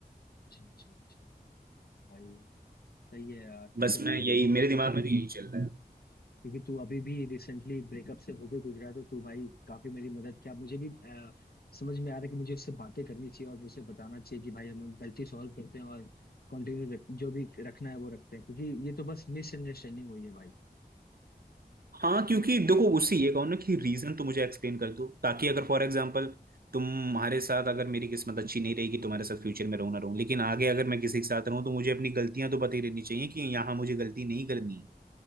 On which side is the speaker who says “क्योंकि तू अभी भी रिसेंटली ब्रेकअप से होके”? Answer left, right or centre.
Left